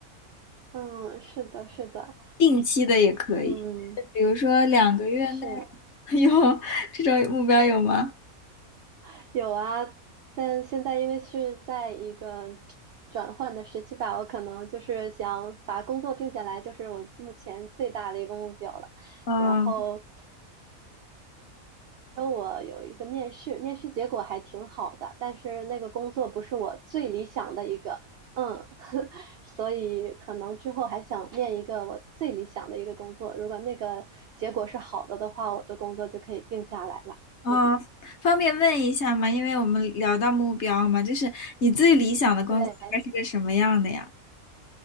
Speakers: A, on the right (about 70°); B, on the left (about 55°).
A: 嗯，是的，是的，
B: 定期的也可以，
A: 嗯。
B: 比如说两个月内
A: 是呀。
B: <laughs> 有这种目标有吗？
A: <laughs> 有啊，现现在因为是在一个转换的时期吧，我可能就是想把工作定下来，就是我目前最大的一个目标了。
B: 嗯。
A: 然后跟我有一个面试，面试结果还挺好的，但是那个工作不是我最理想的一个，嗯，<laughs> 所以可能之后还想面一个我最理想的一个工作，如果那个结果是好的的话，我的工作就可以定下来了。
B: 哦，
A: 嗯，
B: 方便问一下吗？因为我们聊到目标嘛，就是你最理想的工作大概是个什么样的呀？
A: 对。